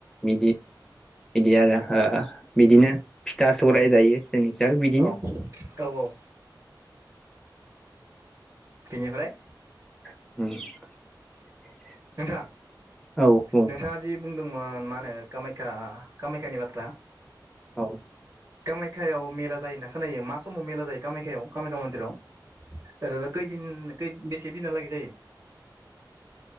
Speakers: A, in the centre; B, on the right (about 45°).
A: बिदि बिदि आरो ओ बिदिनो फिथा सौराइ जायो। जोंनि हिसाबै बिदिनो
B: अ औ औ। बिनिफ्राय
A: <inaudible>
B: नोंथां
A: औ औ
B: नोंथाङा दि बुंदोंमोन मा होनो कामाख्या कामाख्यानि बाथ्रा
A: औ
B: कामाख्या याव मेला जायो होनना खोनायो मा समाव मेला जायो कामाख्या याव कामाख्या मन्दिराव ओरै खैदिन बेसे दिनाहा लागै जायो